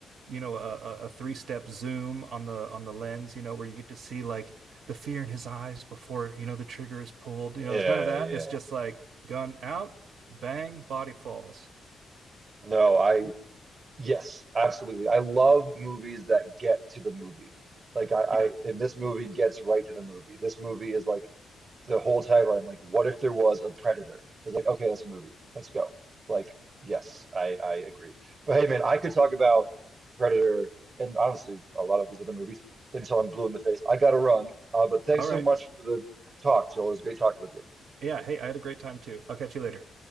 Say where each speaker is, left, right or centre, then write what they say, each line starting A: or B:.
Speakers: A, on the right; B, on the right.
A: you know, a, a three step zoom on the on the lens, you know, where you get to see like the fear in his eyes before, you know, the trigger is pulled.
B: Yeah,
A: You know, there's none of that.
B: yeah.
A: It's just like gun out, bang, body falls.
B: No, I, yes, absolutely. I love movies that get to the movie. Like I, I,
A: Yeah.
B: and this movie gets right to the movie. This movie is like the whole tagline, like, what if there was a predator? It's like, okay, that's a movie. Let's go. Like, yes, I, I agree. But hey, man, I could talk about Predator and honestly, a lot of these other movies until I'm blue in the face. I gotta run. Uh, but thanks
A: All
B: so
A: right.
B: much for the talk, Joel. It was great talking with you.
A: Yeah. Hey, I had a great time too. I'll catch you later.